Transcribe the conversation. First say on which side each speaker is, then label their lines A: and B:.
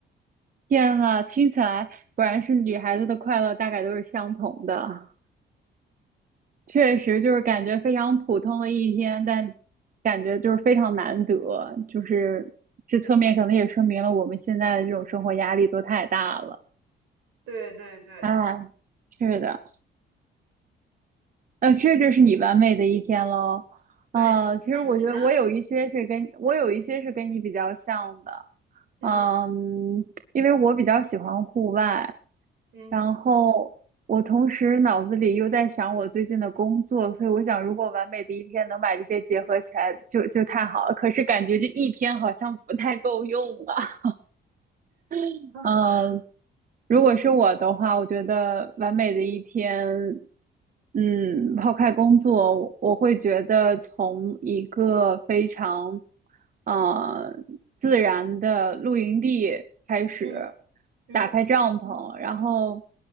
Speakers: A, on the right; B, on the right.
A: 天呐，听起来果然是女孩子的快乐大概都是相同的，确实就是感觉非常普通的一天，但感觉就是非常难得，就是这侧面可能也说明了我们现在的这种生活压力都太大了。
B: 对对对
A: 哎，是的，呃，这就是你完美的一天喽。
B: 对，
A: 呃，其实我觉得我有一些是跟我有一些是跟你比较像的，
B: 那你呢？嗯
A: 嗯，因为我比较喜欢户外，
B: 嗯
A: 然后我同时脑子里又在想我最近的工作，所以我想如果完美的一天能把这些结合起来就，就太好了。可是感觉这一天好像不太够用啊。<laughs>
B: 啊
A: 嗯，如果是我的话，我觉得完美的一天，嗯，抛开工作，我我会觉得从一个非常，呃，自然的露营地开始，
B: 嗯嗯
A: 打开帐篷，然后，